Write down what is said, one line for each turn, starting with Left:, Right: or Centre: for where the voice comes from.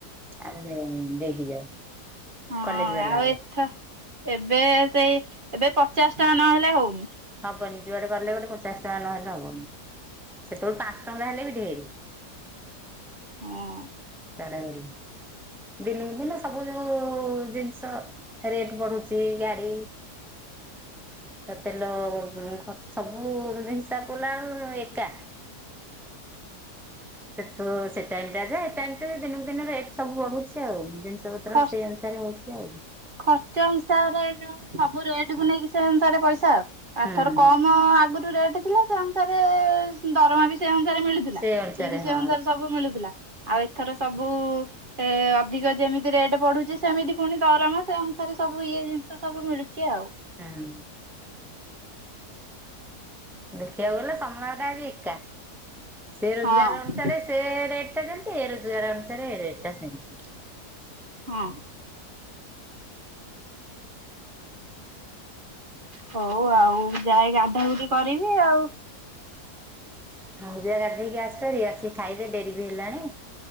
Centre: ଆଉ ଆମେ ନେଇକି ଯାଉ।
Right: ହଁ
Centre: କଲେଜ ଗଲା
Right: ଆଉ
Centre: ବେଳେ
Right: ଏଥ ଏବେ ସେଇ ଏବେ ପଚାଶ ଟଙ୍କା ନହେଲେ ହଉନି।
Centre: ହବନି ଯୁଆଡେ ଗଲେ ଗୋଟେ ପଚାଶ ଟଙ୍କା ନହେଲେ ହବନି ସେତେବେଳେ ପାଞ୍ଚ ଟଙ୍କା ହେଲେ ବି ଢେରେ।
Right: ହଁ।
Centre: ତାଡାଗଲି ଦିନ କୁ ଦିନ ସବୁ ଯୋଉଁ-ଉ-ଉ-ଉ-ଉ ଜିନିଷ ରେଟ୍ ବଢୁଛି ଗାଡି ତ ତେଲ-ଅ-ଅ ଉ ଖର୍ଚ୍ଚ ସବୁ ହିସାବ କଲା ବେଳକୁ ଏକା। ସେ ତ ସେ ଟାଇମ ଟା ଯେ ଏ ଟାଇମ ଟା ଦିନକୁ ଦିନ ରେଟ୍ ସବୁ ବଢୁଛି ଆଉ ଜିନି ଷ ପତ୍ର
Right: ଖ
Centre: ସେଇ ଅନୁସାରେ ହଉଛି ଆଉ।
Right: ଖର୍ଚ୍ଚ ହିସାବରେ ଯୋଉ ସବୁ ରେଟ କୁ ନେଇକି ସେ ଅନୁସାରେ ପଇସା।
Centre: ହୁଁ
Right: ଆଉଥର କମ ଆଗରୁ ରେଟ ଥିଲା ସେ ଅନୁସାରେ-ଏ-ଏ-ଏ ଦରମା ବି ସେ ଅନୁସାରେ ମିଳୁଥିଲା
Centre: ସେ
Right: ଇଏ ବି ସେ
Centre: ହଁ
Right: ଅନୁସାରେ ସବୁ ମିଳୁଥିଲା ଆଉ ଥର ସବୁ-ଉ-ଉ-ଉ ଏ-ଏ ଅଧିକ ଯେମିତି ରେଟ୍ ବଢୁଛି ସେମିତି ପୁଣି ଦରମା। ସେ ଅନୁସାରେ ସବୁ ଇଏ ଜିନିଷ ସବୁ ମିଳୁଛି ଆଉ।
Centre: ହୁଁ। ଦେଖିବାକୁ ଗଲେ ସମୟଟା ବି ଏକା। ସେ ରୋଜଗାର
Right: ହଁ
Centre: ଅନୁସାରେ ସେ ରେଟ୍ ଟା ଯେମିତି ଏ ରୋଜଗାର ଅନୁସାରେ ଏ ରେଟ୍ ଟା ସେମିତି।
Right: ହଁ। ହଉ ଆଉ ଯାାଇ ଗାଧା ଗୁଧି କରିବି ଆଉ
Centre: ହଉ ଯ ଗାଧେଇକି ଆସିପାରି ଆସିକି ଖାଇବେ ଡେରି ବି ହେଲାଣି